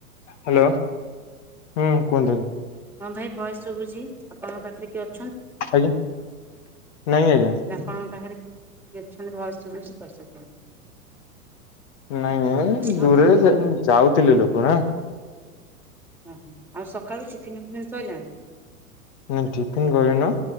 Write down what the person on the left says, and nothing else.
ହ୍ୟାଲୋ। ହୁଁ। କୁହନ୍ତୁ।
ଆଜ୍ଞା। ନାଇଁ ଆଜ୍ଞା
ନାଇଁ ନାଇଁ
ଦୂରରେ ଯାଉଥିଲେ ଲୋକ ନାଁ।
ନା ଟିଫିନ କରିନୁ।